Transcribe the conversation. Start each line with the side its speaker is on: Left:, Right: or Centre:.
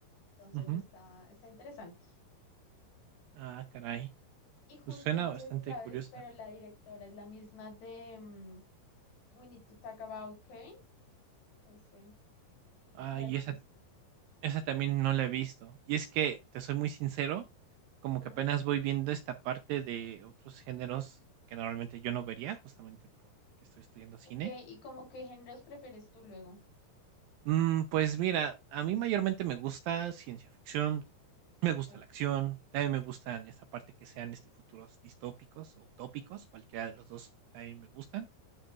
Left: Entonces
Right: ujú.
Left: está, está interesante.
Right: Ah, caray.
Left: Y justo,
Right: Pues suena
Left: no
Right: bastante
Left: sé si sabes,
Right: curiosa.
Left: pero la directora es la misma de mm, We Need to Talk About Kevin. No sé
Right: Ah,
Left: si la
Right: y
Left: has
Right: esa,
Left: visto.
Right: esa también no la he visto. Y es que, te soy muy sincero, como
Left: Ujú.
Right: que apenas voy viendo esta parte de otros géneros que normalmente yo no vería, justamente porque estoy estudiando cine.
Left: Ok, ¿y como qué géneros prefieres tú luego?
Right: Mm, pues mira, a mí mayormente me gusta ciencia ficción, Me gusta
Left: O-
Right: la acción, también me gustan esa parte que sean, este, futuros distópicos o utópicos, cualquiera de los 2 también me gustan.